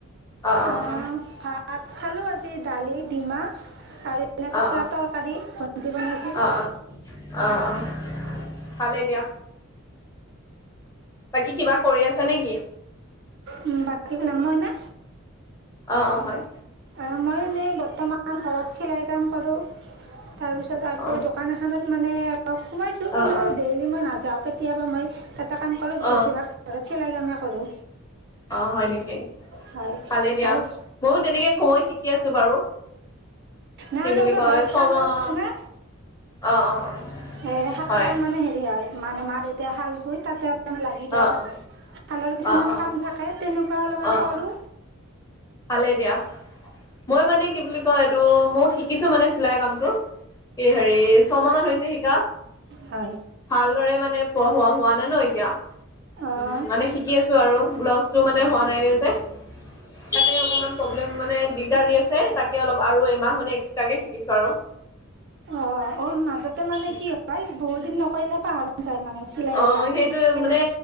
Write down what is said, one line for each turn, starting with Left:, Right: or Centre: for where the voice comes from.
Left: অ অ
Right: অহ
Left: অ
Right: ভাত চালোঁ আজি দালি ডিমাহ আৰু এনে তৰকাৰী
Left: অ
Right: ভণ্টি বনাইছীল।
Left: অ অ
Right: উ
Left: অ অ ভালে দিয়া বাকী কিবা কৰি আছা নেকি
Right: উম, বাকী বনাম মই না
Left: অ অ হয়
Right: অ, মই এনেই বৰ্তমান ঘৰত চিলাই কাম কৰোঁ তাৰপিছত আৰু
Left: অ
Right: এই দোকান এখনত মানে সোমাইছো কিন্তু
Left: অ অ
Right: ডেইলি মই নাযাও কে কেতিয়াবা মই তাতে কাম কৰোঁ
Left: অ
Right: বেছিভাগ ঘৰত চিলাই কামে পাৰোঁ
Left: অ, হয় নেকি।
Right: হয়
Left: ভালে দিয়া
Right: আৰু
Left: ময়ো তেনেকৈ কবলৈ শিকি আছোঁ বাৰু।
Right: নাই
Left: কি
Right: আৰু
Left: বুলি
Right: আমাৰ
Left: কয়
Right: ঘৰত
Left: ছমাহ
Right: শালো আছে না
Left: অঁ, অঁ,
Right: এই শালৰ
Left: হয়।
Right: মানে হেৰি হয় মানে মা, দেউতাই হাল বৈ তাতে লাগি দাও।
Left: অ অ
Right: খালৰ কিছুমান
Left: অ অ
Right: কাম থাকে তেনেকুৱা অলপমান
Left: অ
Right: কৰোঁ
Left: অ ভালেই দিয়া। মই মানে কি বুলি <unintelligible> এইটো মইও শিকিছো মানে চিলাই কামটো। এই হেৰি, ছমাহ মান হৈছে শিকা,
Right: হয়
Left: ভালদৰে মানে পঢ়োৱা হোৱা ন <unintelligible> এতিয়া। উ,
Right: অঁ
Left: মানে শিকি আছো আৰু ব্লাউজটো মানে হোৱা নাই গে যে। এ অকমান প্ৰব্লেম মানে দিগদাৰ আছে, তাকে অলপ আৰু এমাহ মানে এক্সট্ৰাকে শিকিছো আৰু।
Right: অঁ অঁ মাজতে মানে কি হয় বহুত দিন নকৰিলে পাহৰা যায় মানে, চিলাই
Left: অ
Right: গিলাক,
Left: সেইটো
Right: কেনে
Left: মানে